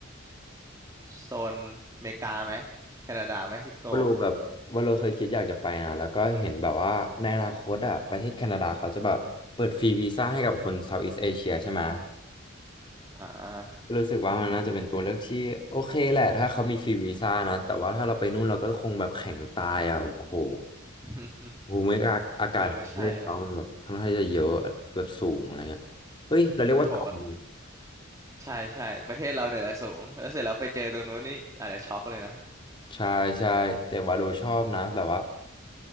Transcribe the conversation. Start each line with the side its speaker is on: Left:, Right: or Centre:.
Right: โซนอเมริกาไหมแคนาดาเม็กซิโก
Left: ว่าโลแบบว่าโลเคยคิดอยากจะไปนะแล้วก็เห็นแบบว่าในอนาคตอ่ะประเทศแคนาดาเขาจะแบบเปิดฟรีวีซ่าให้กับคนเซาท์อีส t ์เอเชียใช่ไหม
Right: อ่า
Left: ก็รู้สึกว่ามันน่าจะเป็นตัวเลือกที่โอเคแหละถ้าเขามีฟรีวีซ่านะแต่ว่าถ้าเราไปนู่นเราก็คงแบบแข็งตายอ่ะโอ้โห
Right: <laughs>
Left: ภูมิอา
Right: เออใช่แหละ
Left: กาศของประเทศเขามันแบบค่อนข้างจะเยอะแบบสูงอะไรเงี้ยเฮ้ยเราเรียกว่าต่ำเลย
Right: โห ใช่ใช่ประเทศเราเนี่ยแหละสูงแล้วเสร็จแล้วไปเจอตรงนู้นนี่อาจจะช็อกเลยนะ
Left: ใช่ใช่แต่ว่าโลชอบนะแบบว่า